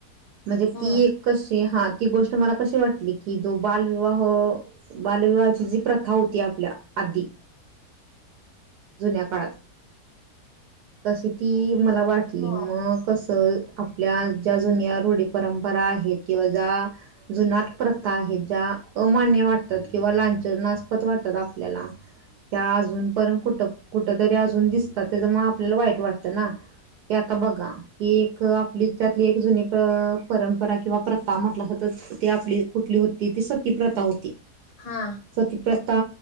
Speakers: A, on the right; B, on the left.
A: म्हणजे
B: हम्म.
A: ती एक कशी हात ती गोष्ट मला कशी वाटली, की जो बालविवाह, बालविवाहाची जी प्रथा होती आपल्या आधी, जुन्या काळात तशी, ती मला वाटली
B: हो.
A: मग कस, आपल्या ज्या जुन्या रूढी परंपरा आहेत, किंवा ज्या जुनाट प्रथा आहे. ज्या अमान्य वाटतात, किंवा लाछनास्पद वाटतात आपल्याला, त्या अजून पर्यंत कुठ कुठ तरी अजून दिसतात, त्याच मग आपल्याला वाईट वाटतं ना. कि आता बघा की एक आपली त्यातली एक जुनी परंपरा, किंवा प्रथा म्हटलं सातर ते आपली कुठली होती ती सत्यप्रथा हो,
B: हा
A: सतीप्रथा